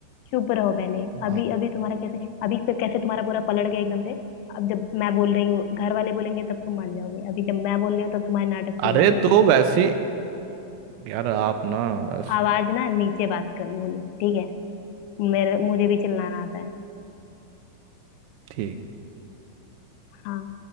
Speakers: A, on the left; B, on the right.
A: चुप रहो पहले
B: हाँ।
A: अभी अभी तुम्हारा कैसे अभी पे कैसे तुम्हारा पूरा पलट गया एकदम से अब जब मैं बोल रही हूँ घर वाले बोलेंगे तब तुम मान जाओगे अभी जब मैं बोल रही हूँ तब तुम्हारे नाटक
B: अरे
A: शुरू हो गए
B: तो
A: हैं
B: वैसी यार आप ना बस
A: आवाज ना नीचे बात कर बोलो ठीक है मेरे मुझे भी चिल्लाना आता है
B: ठीक
A: हाँ